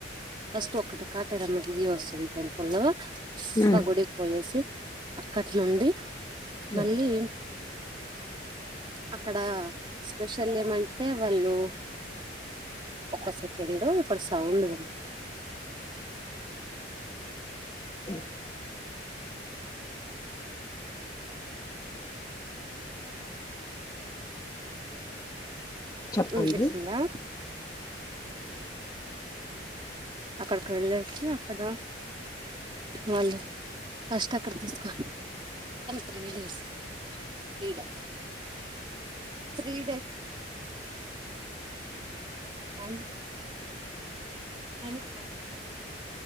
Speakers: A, on the right; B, on the left.
A: ఫస్ట్ ఒకటి కాటరమ్మ గిరి వస్తుంది టెంపుల్ లో
B: హ్మ్.
A: పగుడికి పోయేసి అక్కటి నుండి
B: హ్మ్.
A: మళ్ళీ అక్కడ స్పెషల్ ఏమంటే వాళ్ళు ఒక సెకండ్ ఇక్కడ సౌండ్ పెరి
B: హ్మ్. చెప్పండి
A: వినిపిస్తుందా అక్కడికి వెళ్ళసి అక్కడ వాళ్ళ కస్ట్ అక్కడ తీసుకో క్రీడస్ క్రీడ త్రీ డే అం మ